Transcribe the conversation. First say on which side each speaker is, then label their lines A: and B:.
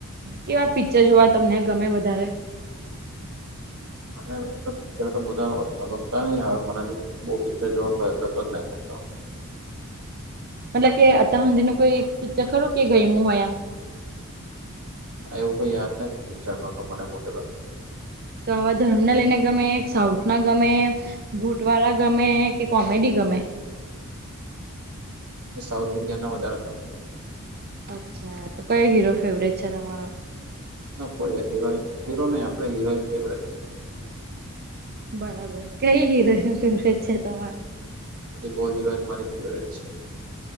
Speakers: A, on the right (about 45°); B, on the right (about 80°).
A: કેવા પિક્ચર જોવા તમને ગમે વધારે
B: <inaudible> પિક્ચર તો બધા આવડ ગમતા નહી આવે પણ હજુ બહુ પિક્ચર જોવા જ નહી કરતો
A: મતલબ કે અત હજી ન કોઈ કી્ચર ખરું કે ગયમું હોય એમ
B: એવું કોઈ યાદ નથી પિક્ચર નો તો મને મોટે ભાગે
A: તો આવા ધર્મને લઈને ગમે સાઉથ ના ગમે બૂટવાળા ગમે કે કોમેડી ગમે
B: સાઉથ ઇન્ડિયા ના વધારે ગમે
A: અચ્છા તો કયો હીરો ફેવરેટ છે તમારો
B: ના કોઈ હીરોઈન, હીરો નહી આપડે હીરોઈન ફેવરે
A: બરાબર, કઈ હીરોઇન ફેવરેટ છે? તમાર
B: બધી બો હિરોઈન મારી ફેવરે છે.